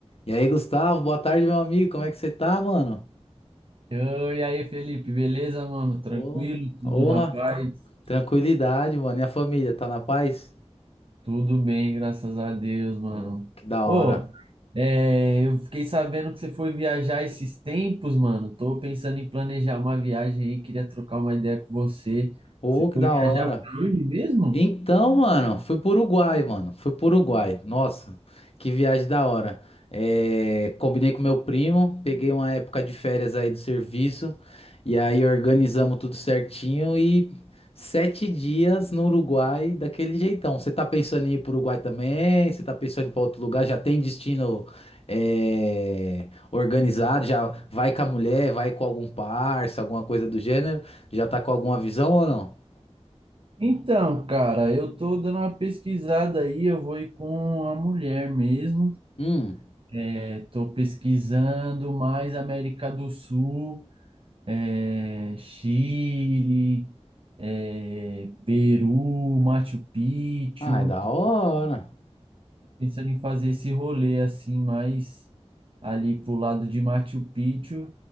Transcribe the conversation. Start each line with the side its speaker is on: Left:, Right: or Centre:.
Left: E aí, Gustavo, boa tarde, meu amigo. Como é que você tá, mano?
Right: Ô, E aí, Felipe, beleza, mano? Tranquilo?
Left: Ô,
Right: Tudo
Left: honra,
Right: na paz?
Left: tranquilidade, mano. E a família, tá na paz?
Right: Tudo bem, graças a Deus, mano.
Left: Ô, que da hora.
Right: Ô, é, eu fiquei sabendo que você foi viajar esses tempos, mano. Tô pensando em planejar uma viagem aí, queria trocar uma ideia com você.
Left: Ô,
Right: Você
Left: que
Right: foi
Left: da
Right: viajar
Left: hora.
Right: pra onde mesmo?
Left: Então, mano, foi pro Uruguai, mano. Foi pro Uruguai. Nossa, que viagem da hora. É, combinei com meu primo, peguei uma época de férias aí do serviço, e aí organizamos tudo certinho e sete dias no Uruguai daquele jeitão. Você tá pensando em ir pro Uruguai também? Você tá pensando em ir pra outro lugar? Já tem destino, é, organizado? Já vai com a mulher, vai com algum parça, alguma coisa do gênero? Já tá com alguma visão ou não?
Right: Então, cara, eu tô dando uma pesquisada aí, eu vou ir com a mulher mesmo.
Left: Hum.
Right: É, tô pesquisando mais América do Sul. é, Chile, é, Peru, Machu Picchu.
Left: Ai, da
Right: Tô
Left: hora.
Right: pensando em fazer esse rolê assim, mais ali pro lado de Machu Picchu.